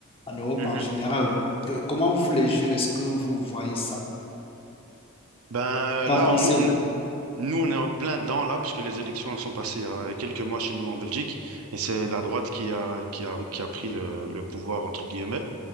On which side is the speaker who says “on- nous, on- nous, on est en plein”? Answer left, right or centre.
Right